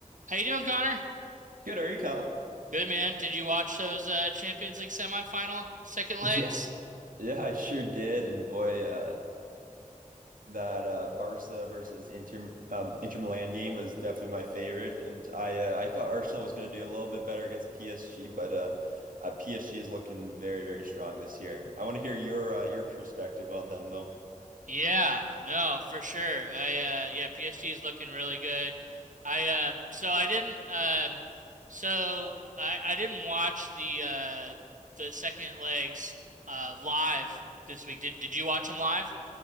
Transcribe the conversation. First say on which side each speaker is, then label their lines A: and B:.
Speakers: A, on the right; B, on the right.
A: How you doing, Connor?
B: Good, are you, Cal? <laughs>
A: Good man. Did you watch those uh, Champions League semifinal second legs?
B: Yeah, yeah, I sure did. And boy, uh, that uh, Barca versus Inter um, Inter Milan game was definitely my favorite. And I uh, I thought Arsenal was going to do a little bit better against PSG, but uh, uh, PSG is looking very, very strong this year. I want to hear your uh, your perspective on them, though.
A: Yeah, no, for sure. I uh yeah, PSG is looking really good. I uh so I didn't um so I I didn't watch the uh the second legs uh live this week. Did did you watch them live?